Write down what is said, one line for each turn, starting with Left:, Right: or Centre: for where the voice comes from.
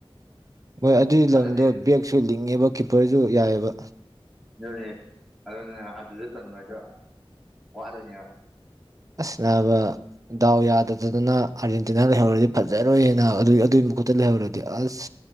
Right: ꯍꯣꯏ ꯑꯗꯨꯒꯤ
Centre: ꯊꯥꯖꯗꯦ
Right: ꯂꯝꯗꯣ ꯕꯦꯛꯁꯨ ꯂꯤꯡꯉꯦꯕ ꯀꯤꯞꯄꯔꯁꯨ ꯌꯥꯏꯑꯕ
Centre: ꯑꯗꯨꯅꯦ ꯑꯗꯨꯅꯦ ꯑꯗꯨꯗ ꯆꯟꯕ ꯍꯥꯏꯗꯣ ꯋꯥꯗꯣꯏꯅꯦꯕ
Right: ꯑꯁꯅꯥꯕ ꯗꯥꯎ ꯌꯥꯗꯗꯗꯅ ꯑꯥꯔꯖꯦꯟꯇꯤꯅꯥ ꯂꯩꯍꯧꯔꯗꯤ ꯐꯖꯔꯣꯏꯅ ꯑꯗꯨ ꯑꯗꯨꯏ ꯃꯈꯨꯠꯇ ꯂꯩꯍꯧꯔꯗꯤ ꯑꯁ